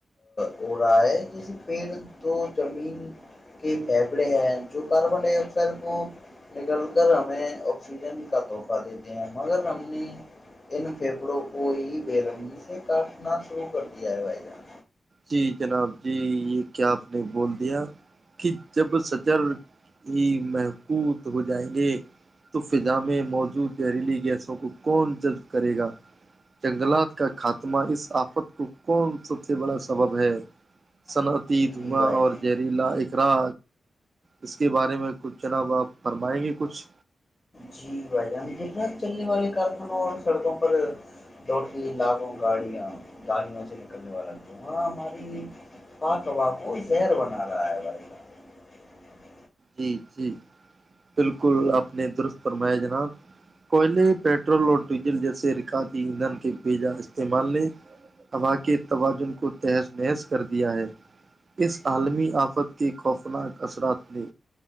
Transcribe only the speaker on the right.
جی جناب جی یہ کیا آپ نے بول دیا کہ جب سجر ہی محفوود ہو جائیں گے تو فضا میں موجود زہریلی گیسوں کو کون جذب کرے گا جنگلات کا خاتمہ اس آفت کو کون سب سے بڑا سبب ہے صنعت تی دھوا
اور جہریلا ایک ا اس کے بارے میں کچھ جناب آپ فرمائیں گے کچھ
جی جی بالکل آپ نے درست فرمایا جناب کوئلے پیٹرول اور ڈیزل جیسے رکاجی ایندھن کے بیجا استعمال نے اباق توجن کو تہز نہحز کر دیا ہے اس عالمی آفت کے خوفناک اثرات نے